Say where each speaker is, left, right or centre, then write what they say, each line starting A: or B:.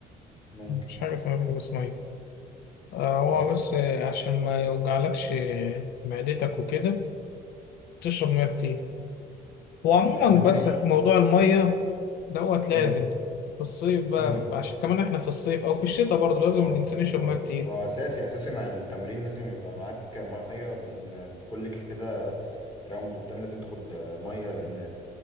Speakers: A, on the left; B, on the left.
A: ممكن
B: مفيش حاجة اسمها بيحبس مية آه هو
A: ممكن
B: بس آه عشان ما يوجعلكش آه، معدتك وكده تشرب مية كتير وعموما
A: أنا عامه
B: بس
A: ماشي
B: موضوع المية دوت لازم
A: امم
B: في الصيف بقى
A: امم
B: في... عشان كمان احنا في الصيف او في الشتاء برضه لازم
A: هو
B: الانسان يشرب
A: هو-
B: ميه كتير
A: هو اساسي اساسي مع التمرين لازم يبقى معاك ميه بين بين كل كده راوند وبتاع لازم تاخد ميه لان